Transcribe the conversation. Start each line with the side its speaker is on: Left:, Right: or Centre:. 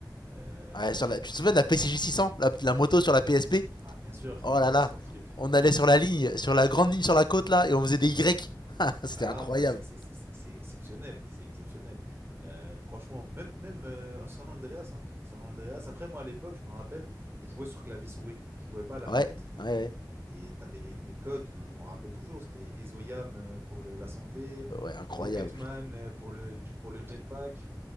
Right: Euh,
Left: Ah, sur la... Tu te souviens de la PCJ 600 la... la moto sur la PSP
Right: bah, bien sûr,
Left: Oh là
Right: la
Left: là.
Right: sportive.
Left: On allait sur la ligne, sur la grande ligne sur la côte là, et on faisait des Y. <laughs> C'était
Right: Ah,
Left: incroyable.
Right: bah, c'est c'est- c'est- c'est exceptionnel. C'est exceptionnel. Euh, franchement, même, même euh, San Andreas. hein, San Andreas. Après, moi, à l'époque, je me rappelle, je jouais sur clavier-souris. Je jouais pas à la
Left: Ouais,
Right: manette.
Left: ouais,
Right: Et tu avais les, les codes dont je me rappelle toujours. C'était Ezoyam euh, pour le- la santé,
Left: ouais, ouais, incroyable.
Right: Rocketman euh, pour le, pour le jetpack.